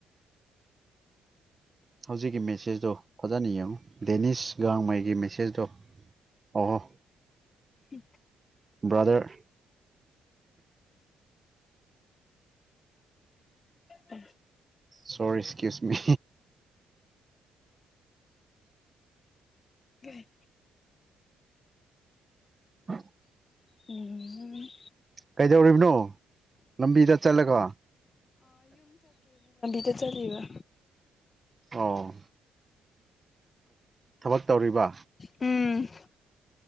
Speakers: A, on the right; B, on the left.
A: ꯍꯧꯖꯤꯛꯀꯤ ꯃꯦꯁꯦꯖꯇꯣ ꯐꯖꯅ ꯌꯦꯡꯉꯨ ꯗꯦꯅꯤꯁ ꯒꯥꯡꯃꯩꯒꯤ ꯃꯦꯁꯦꯖꯇꯣ ꯑꯣ ꯍꯣ
B: ꯎꯝ
A: ꯕ꯭ꯔꯥꯗꯔ
B: ꯎ
A: ꯁꯣꯔꯤ ꯑꯦꯛꯁꯀ꯭ꯌꯨꯁ ꯃꯤ
B: ꯂꯩ
A: ꯑ
B: ꯎꯝ
A: ꯀꯩꯗꯧꯔꯤꯕꯅꯣ ꯂꯝꯕꯤꯗ ꯆꯠꯂꯒ
B: ꯠꯇ ꯆꯂꯕ
A: ꯑꯣ ꯊꯕꯛ ꯇꯧꯔꯤꯕ
B: ꯎꯝ